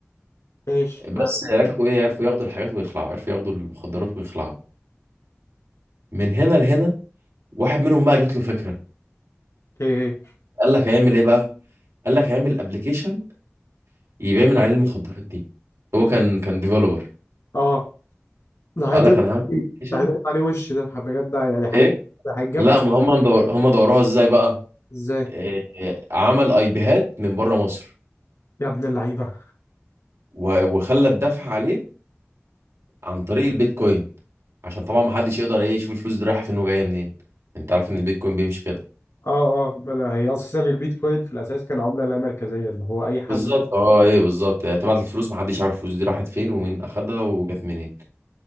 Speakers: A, on the left; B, on the right.
A: ماشي
B: بس
A: معاك
B: عرفوا ايه عرفوا ياخدوا الحاجات ويخلعوا عرفوا ياخدوا المخدرات ويخلعوا من هنا لهنا واحد منهم بقى جات له فكره
A: ايه ايه
B: قال لك هيعمل ايه بقى قال لك هيعمل ابلكيشن يبيع من عليه المخدرات دي هو كان كان ديفلوبر
A: اه ده
B: فقال
A: هيطب
B: لك انا هعمل ابلكيشن
A: ده هيطب عليه وش ده بجد يعني هيج-
B: ايه
A: هيتجفس
B: لا ما هم مدور هم دوروها ازاي بقى
A: ازاي
B: إيه عمل اي بيهات من بره مصر
A: يا ابن اللعيبة
B: و- وخلى الدفع عليه عن طريق البيتكوين عشان طبعا ما حدش يقدر ايه يشوف الفلوس دي رايحه فين وجايه منين انت عارف ان البيتكوين بيمشي كده
A: اه اه ما لا، هي اساسا البيتكوين في الاساس كان عملة لا مركزية اللي هو اي حد
B: بالظبط اه ايه بالظبط يعني تبعت الفلوس ما حدش عارف الفلوس دي راحت فين ومين اخدها وجت منين